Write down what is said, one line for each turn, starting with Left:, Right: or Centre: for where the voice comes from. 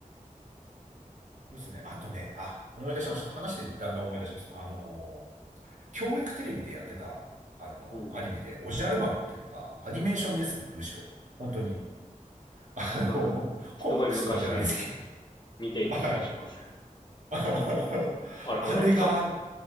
Right: そうですね。あとね、あ、思い出しました。話してだんだん思い出しました。あのー、教育テレビでやってた、あのー、
Left: うん。
Right: アニメで、おじゃる丸っていうのが、アニメーションですね、むしろ。本当に。あのー、
Left: なんか、すごい昔に
Right: コミックスとかじゃないですけ
Left: 見ていた気がしますね。
Right: ど。はい。<laughs>
Left: あれ、
Right: あれが、
Left: 終わっちゃっ